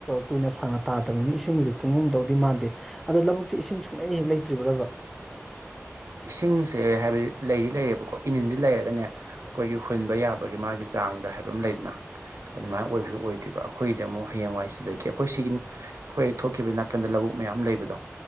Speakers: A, in the centre; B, on the right.
A: ꯀꯨꯏꯅ ꯁꯥꯡꯅ ꯇꯥꯗꯕꯅꯤꯅ ꯏꯁꯤꯡꯕꯨꯗꯤ ꯇꯨꯡꯉꯝꯗꯧꯗꯤ ꯃꯥꯟꯗꯦ ꯑꯗꯣ ꯂꯧꯕꯛꯁꯦ ꯏꯁꯤꯡ ꯁꯨꯡꯂꯩ ꯍꯦꯛ ꯂꯩꯇ꯭ꯔꯤꯕ꯭ꯔꯥ
B: ꯏꯁꯤꯡꯁꯦ ꯍꯥꯏꯕꯗꯤ ꯂꯩꯗꯤ ꯂꯩꯌꯦꯦꯕꯀ ꯀꯣ ꯏꯅꯤꯟꯁꯤ ꯂꯩꯔꯒꯅꯦ ꯑꯩꯈꯣꯏꯒꯤ ꯍꯨꯟꯕ ꯌꯥꯕꯒꯤ ꯃꯥꯒꯤ ꯆꯥꯡꯗ ꯍꯥꯏꯕ ꯑꯃ ꯂꯩꯗꯅ ꯑꯗꯨꯃꯥꯏꯅ ꯑꯣꯏꯕꯗꯨ ꯑꯣꯏꯗ꯭ꯔꯤꯕ ꯑꯩꯈꯣꯏꯗꯤ ꯑꯃꯨꯛ ꯍꯌꯦꯡꯋꯥꯏ ꯁꯤꯗꯒꯤ ꯑꯩꯈꯣꯏ ꯁꯤꯒꯤ ꯑꯩꯈꯣꯏ ꯊꯣꯛꯈꯤꯕꯒꯤ ꯅꯥꯀꯟꯗ ꯂꯧꯕꯨ ꯃꯌꯥꯝ ꯂꯩꯕꯗꯣ